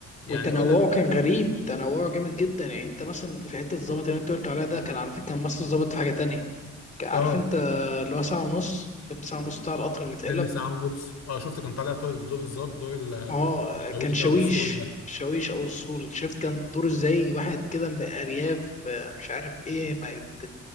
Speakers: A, on the left; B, on the left.
A: يعني
B: وتنوعه
A: اقول لك
B: كان غريب تنوعه جامد جدا يعني انت مثلا في حته الظابط اللي انت قلت عليها ده كان على فكره كان ممثل ظابط في حاجه تانية كان- عارف
A: اه
B: انت اللي هو ساعه ونص فيلم ساعه ونص بتاع القطر اللي اتقلب
A: فيلم ساعة ونص اه شفت كان طالع طو- بدور الظابط دور ال-
B: اه
A: الشاويش
B: كان شاويش
A: ده او السول ده
B: شاويش او الصول شايف كان دوره ازاي واحد كده من الارياف آه، مش عارف ايه ما يت-